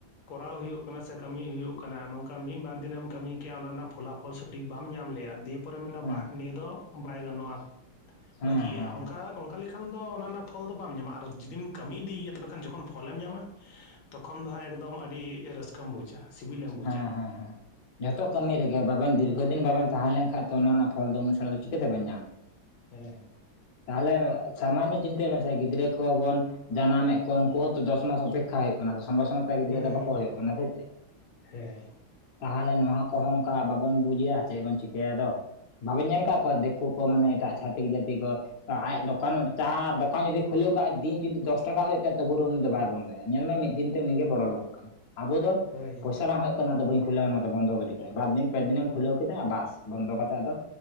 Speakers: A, on the left (about 75°); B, on the left (about 65°).
A: ᱠᱚᱨᱟᱣ ᱦᱩᱭᱩᱜ ᱠᱟᱱᱟ ᱥᱮ ᱠᱟᱹᱢᱤ ᱦᱩᱭᱩᱜ ᱠᱟᱱᱟ ᱱᱚᱝᱠᱟ ᱢᱤᱫᱵᱟᱨ ᱫᱤᱱᱮᱢ ᱠᱟᱹᱢᱤ ᱠᱮᱜᱼᱟ ᱚᱱᱟ ᱨᱮᱱᱟᱜ ᱯᱷᱚᱞᱟᱯᱷᱚᱞ ᱴᱷᱤᱠ ᱵᱟᱢ ᱧᱟᱢ ᱞᱮᱼᱟ ᱫᱤᱭᱮ ᱯᱚᱨᱮᱢ ᱢᱮᱱᱟ
B: ᱦᱮᱸ
A: ᱵᱟᱦ ᱱᱤᱭᱟᱹ ᱫᱚ ᱵᱟᱭ ᱜᱟᱱᱚᱜᱼᱟ
B: ᱦᱮᱸ
A: ᱵᱟᱹᱜᱤᱭᱼᱟ
B: ᱦᱮᱸ
A: ᱚᱱᱠᱟ ᱚᱱᱠᱟ ᱞᱮᱠᱷᱟᱱ ᱫᱚ ᱚᱱᱟ ᱨᱮᱱᱟᱜ ᱯᱷᱚᱞ ᱫᱚ ᱵᱟᱢ ᱧᱟᱢᱟ ᱟᱨ ᱡᱩᱫᱤᱢ ᱠᱟᱹᱢᱤ ᱤᱫᱤᱭᱮᱭᱟ ᱛᱚᱵᱮ ᱠᱷᱟᱱ ᱡᱚᱠᱷᱚᱱ ᱯᱷᱚᱞᱮᱢ ᱧᱟᱢᱟ ᱛᱚᱠᱷᱚᱱ ᱫᱚ ᱦᱟᱸᱜ ᱮᱠᱫᱚᱢ ᱟᱹᱰᱤ ᱨᱟᱹᱥᱠᱟᱹᱢ ᱵᱩᱡᱟ ᱥᱤᱵᱤᱞᱮᱢ ᱵᱩᱡᱟ
B: ᱦᱮᱸ ᱦᱮᱸ ᱦᱮᱸ ᱡᱷᱚᱛᱚ ᱠᱟᱹᱢᱤ ᱨᱮᱜᱮ ᱵᱟᱵᱮᱱ ᱫᱤᱨᱜᱷᱚᱫᱤᱱ ᱵᱟᱵᱮᱱ ᱛᱟᱦᱮᱸ ᱞᱮᱱᱠᱷᱟᱱᱡ ᱚᱱᱟ ᱨᱮᱱᱟᱜ ᱯᱷᱚᱞ ᱫᱚ ᱩᱱᱥᱟᱜ ᱫᱚ ᱪᱤᱠᱟᱹᱛᱮᱵᱮᱱ ᱧᱟᱢᱟ
A: ᱦᱮᱸ -ᱦᱮᱸ
B: ᱛᱟᱦᱚᱞᱮ ᱥᱟᱢᱟᱱᱱᱚ ᱪᱤᱱᱛᱟᱹᱭ ᱢᱮᱥᱮ ᱜᱤᱫᱽᱨᱟᱹ ᱠᱚ ᱵᱚᱱ ᱡᱟᱱᱟᱢᱮᱫ ᱠᱚᱣᱟ ᱩᱱᱠᱩ ᱦᱚᱸᱛᱚ ᱫᱚᱥ ᱢᱥ ᱚᱯᱮᱠᱷᱟ ᱦᱩᱭᱩᱜ ᱠᱟᱱᱟ ᱥᱚᱸᱜᱮ ᱥᱚᱸᱜᱮᱛᱮ ᱜᱤᱫᱽᱨᱟᱹ
A: ᱦᱩᱸ
B: ᱫᱚ
A: ᱦᱩᱸ
B: ᱵᱟᱠᱚ ᱦᱩᱭᱩᱜ ᱠᱟᱱᱟ ᱥᱮ ᱪᱮᱫ
A: ᱦᱮᱸ
B: ᱛᱟᱦᱚᱞᱮ ᱱᱚᱣᱟ ᱠᱚᱦᱚᱸ ᱚᱱᱠᱟ ᱵᱟᱵᱚᱱ ᱵᱩᱡᱮᱭᱟ ᱪᱮᱫ ᱵᱚᱱ ᱪᱤᱠᱟᱹᱭᱟᱫᱚ ᱵᱟᱵᱮᱱ ᱧᱮᱞ ᱟᱠᱟᱫ ᱠᱚᱣᱟ ᱫᱤᱠᱩ ᱠᱚ ᱢᱟᱱᱮ ᱮᱴᱟᱜ ᱪᱷᱟᱛᱤᱠ ᱡᱟᱹᱛᱤ ᱠᱚ ᱡᱟᱦᱟᱭ ᱫᱚᱠᱟᱱ ᱢᱤᱫ ᱪᱟ <unintelligible> ᱫᱚᱠᱟᱱ ᱡᱩᱫᱤ ᱠᱷᱩᱞᱟᱹᱣ ᱠᱟᱭ ᱫᱤᱱ ᱡᱩᱫᱤ ᱫᱚᱥ ᱴᱟᱠᱟ ᱦᱩᱭᱩᱜ ᱛᱟᱭᱟ ᱛᱚᱵᱩ ᱩᱱᱤ ᱫᱚ ᱵᱟᱭ ᱵᱚᱱ ᱧᱮᱞ ᱢᱮ ᱢᱤᱫ ᱫᱤᱱ ᱛᱮ ᱩᱱᱤᱜᱮ ᱵᱚᱲᱚ ᱞᱳᱠ ᱠᱟᱱᱟᱭ ᱟᱵᱚ ᱫᱚ
A: ᱦᱳᱭ
B: ᱯᱚᱭᱥᱟ ᱞᱟᱦ ᱦᱩᱭᱩᱜ ᱠᱟᱱᱟ ᱟᱫᱚ ᱵᱟᱹ ᱠᱷᱩᱞᱟᱹᱣ ᱱᱚᱣᱟᱫᱚ ᱵᱚᱱᱫᱚ ᱜᱰᱤ ᱠᱮᱫᱼᱟ ᱵᱟᱨᱫᱤᱱ ᱯᱮ ᱫᱤᱱᱮᱢ ᱠᱷᱩᱞᱣ ᱠᱮᱫᱟ ᱵᱟᱥ ᱵᱚᱱᱫᱚ ᱠᱟᱛᱮᱜ ᱟᱫᱚ